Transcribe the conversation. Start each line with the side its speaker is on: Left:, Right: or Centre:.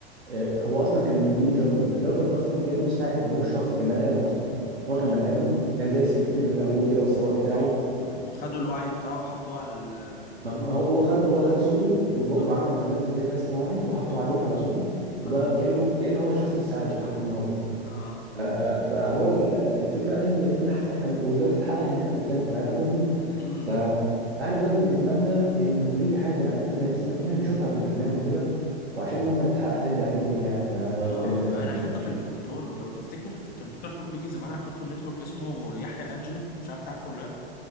Right: آه، هو اصلا كان مين جارفس ده جارفس ده اصلا كان مساعد ابوه الشخصي كان بني ادم اصلا هو
Left: اه
Right: كان بني ادم كان زي سكرتير ابوه كده والسواق بتاعه
Left: اي وخدوا الوعي بتاعه وحطوه على ال- الكمبيوتر
Right: ما ما هو هو خد هو خد صوته وب- وعمل
Left: اه
Right: برنامج ذكاء اصطناعي وحطه عليه على صوته
Left: اه
Right: وبقى كأنه كأنه هو الشخص لسه عايش لحد النهارده
Left: اه
Right: ف- فهو ال- الفكره اي اي حاجه احنا بن- ودلوقتي اتحقق ان احنا الذكاء الاصطناعي بقى موجود
Left: امم
Right: ف فاحنا دلوقتي بنتمنى ان اي حاجه احنا نفسنا فيها نشوفها في الافلام وكده وعشان لما نتحقق نرجع تاني نقول ياه ده
Left: اه
Right: الفيلم ده كان
Left: انا
Right: بيناقش
Left: حتى في الكرتون لو تفتكر في كان في كرتون بيجي زمان على كرتون نتورك اسمه يحيى انجلو مش عارف تعرفه ولا لا